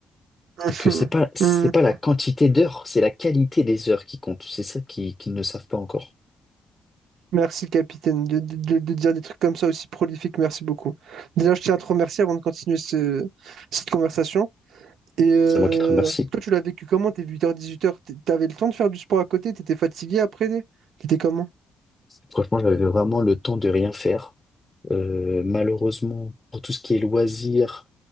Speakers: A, on the right; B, on the left.
A: <laughs>
B: C'est que c'est pas, c'est pas la quantité d'heures, c'est la qualité des heures qui compte. C'est ça qui- qu'ils ne savent pas encore.
A: Merci, capitaine, de, de- de- de dire des trucs comme ça aussi prolifiques. Merci beaucoup. Déjà, je tiens à te remercier avant de continuer ce- cette conversation. Et euh,
B: C'est moi qui te remercie.
A: toi, tu l'as vécu comment, tes 8h-18h? T'avais le temps de faire du sport à côté? T'étais fatigué après? T'étais comment?
B: Franchement, j'avais vraiment le temps de rien faire. Euh, malheureusement, pour tout ce qui est loisirs